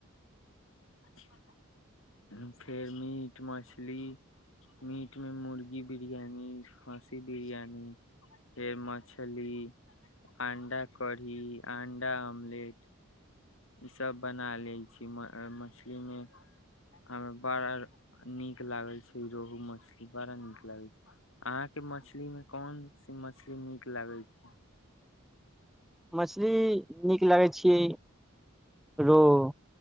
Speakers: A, on the left (about 65°); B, in the centre.
A: अच्ी बता फेर मीट मछली मीट में मुर्गी बिरयानी हां सी बिरियानी फेर मछली अंडा कढ़ी अंडा आमलेट ईसभ बना लै छी मछलीमे हमरा बड़ा नीक लागै छै रोहू मछली बड़ा नीक लगै छै अहाँके मछलीमे कोन सी मछली नीक लगै छै।
B: मछली नीक लागै छी रोहू